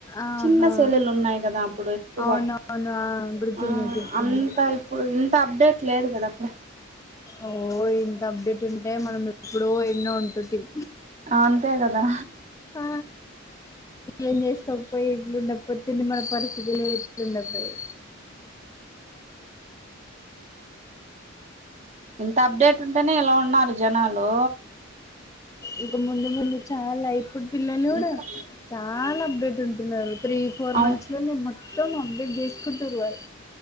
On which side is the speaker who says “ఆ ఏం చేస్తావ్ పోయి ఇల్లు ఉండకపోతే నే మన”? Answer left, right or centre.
Left